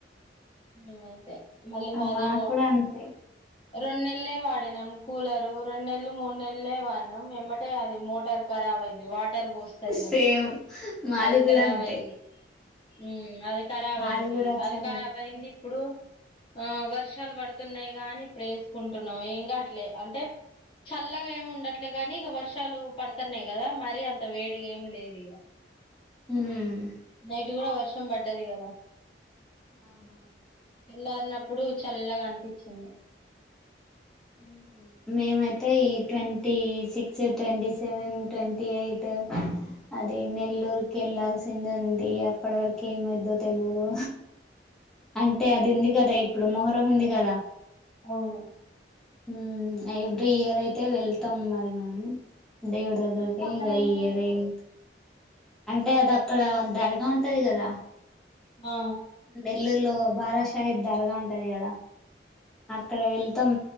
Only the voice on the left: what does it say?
ఉమ్ అంటే మళ్ళి మా
దేమో
రెండు నెలలే వాడినాం కూలరు రెండు నెలలు మూడు నెలలే వాడినాం ఎమ్మటే అది మోటార్ ఖరాబ్ అయింది వాటర్ పోస్తది కదా
అది
ఖరాబ్
అయింది ఉమ్ అది ఖరాబ్
అయింది
అది ఖరాబ్ అయింది ఇప్పుడు ఆ వర్షాలు పడుతున్నాయి గా అని ఇప్పుడు వేసుకుంటున్నాం ఏం కాట్లే అంటే చల్లగా ఏమి ఉండట్లే గాని ఇక వర్షాలు పడుతున్నాయి కదా మరి అంత వేడి ఏమి లేదు ఇక
నైట్ కూడా వర్షం పడ్డది కదా
తెల్లారి నప్పుడు చల్లగా అనిపించింది
అవును
ఎందుకు అక్కడ
ఏం
చేస్తారు
ఆ
ఉ